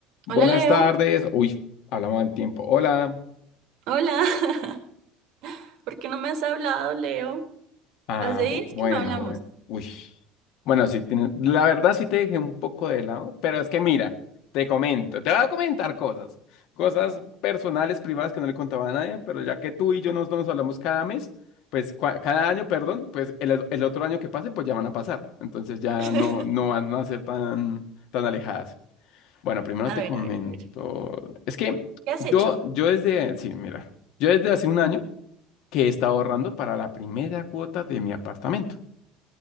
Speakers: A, on the left (about 55°); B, on the right (about 55°).
A: Buenas
B: Hola Leo,
A: tardes. Uy, hablamos del tiempo. Hola.
B: hola. <laughs> ¿Por qué no me has hablado, Leo?
A: Ah,
B: Hace días
A: bu- bueno,
B: que no hablamos.
A: bueno. Uy. Bueno, sí, tienes- la verdad sí te dejé un poco de lado, pero es que mira, te comento, te voy a comentar cosas, cosas personales, privadas que no le contaba a nadie, pero ya que tú y yo nos, nos hablamos cada mes, pues cua- cada año, perdón, pues el, el otro año que pase, pues ya van a pasar. Entonces ya
B: <laughs>
A: no, no van a ser tan, tan alejadas. Bueno, primero
B: A
A: te
B: ver,
A: comento.
B: a ver, a ver.
A: Es que
B: ¿Qué has
A: yo,
B: hecho?
A: yo desde, sí, mira. Yo desde hace un año que estaba ahorrando para la primera cuota de mi apartamento.